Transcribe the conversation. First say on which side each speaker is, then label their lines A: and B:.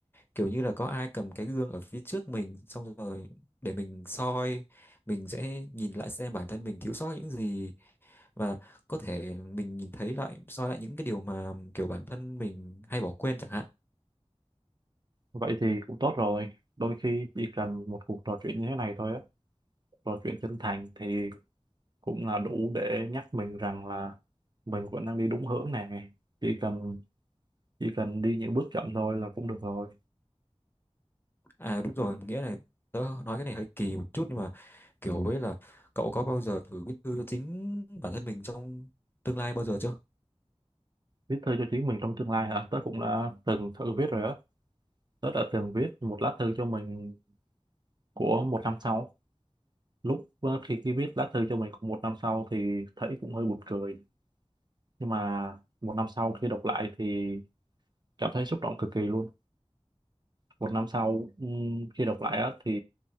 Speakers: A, on the left; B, on the right.
A: kiểu như là có ai cầm cái gương ở phía trước mình xong rồi để mình soi mình sẽ nhìn lại xem bản thân mình thiếu sót những gì và có thể mình nhìn thấy lại soi lại những cái điều mà kiểu bản thân mình hay bỏ quên chẳng hạn
B: Vậy thì cũng tốt rồi. Đôi khi chỉ cần một cuộc trò chuyện như thế này thôi á, trò chuyện chân thành thì cũng là đủ để nhắc mình rằng là mình vẫn đang đi đúng hướng này. Chỉ cần chỉ cần đi những bước chậm thôi là cũng được rồi
A: à đúng rồi nghĩa là tớ nói cái này hơi kỳ một chút nhưng mà kiểu với là cậu có bao giờ thử viết thư chính bản thân mình trong tương lai bao giờ chưa
B: viết thư cho chính mình trong tương lai hả tớ cũng đã từng thử viết rồi á tớ đã từng viết một lá thư cho mình của một năm sau lúc ờ, khi khi viết lá thư cho mình của một năm sau thì thấy cũng hơi buồn cười nhưng mà một năm sau khi đọc lại thì cảm thấy xúc động cực kỳ luôn một năm sau ừm, khi đọc lại á thì